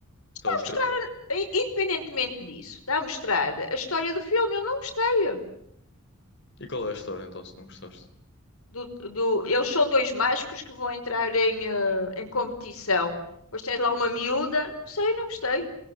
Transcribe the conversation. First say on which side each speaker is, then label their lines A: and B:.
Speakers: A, on the left; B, on the left.
A: Sabe,
B: Está
A: os
B: a mostrar,
A: tra-
B: i- independentemente disso, está a mostrar a história do filme. Eu não gostei.
A: E qual é a história então, se não gostaste?
B: Do, do, eles são dois mágicos que vão entrar em, eh, em competição. Depois tens lá uma miúda. Não sei, não gostei.